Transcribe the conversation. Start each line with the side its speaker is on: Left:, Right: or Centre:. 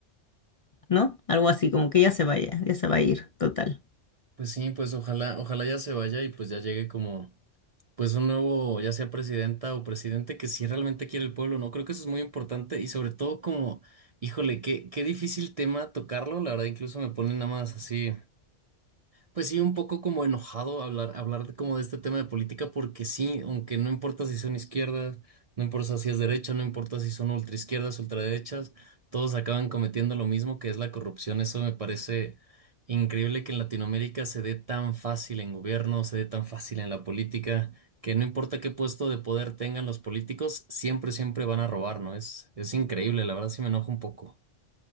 Left: ¿no? Algo así, como que ya se vaya, ya se va a ir, total.
Right: pues sí, pues ojalá, ojalá ya se vaya y pues ya llegue como. pues un nuevo, ya sea presidenta o presidente, que si realmente quiere el pueblo, ¿no? Creo que eso es muy importante y sobre todo como, híjole, qué, qué difícil tema tocarlo, la verdad incluso me pone nada más así. Pues sí, un poco como enojado hablar, hablar de- como de este tema de política, porque sí, aunque no importa si son izquierdas, no importa si es derecha, no importa si son ultraizquierdas, ultraderechas, todos acaban cometiendo lo mismo que es la corrupción. Eso me parece increíble que en Latinoamérica se dé tan fácil en gobierno, se dé tan fácil en la política, que no importa qué puesto de poder tengan los políticos, siempre, siempre van a robar, ¿no? Es, es increíble, la verdad sí me enojo un poco.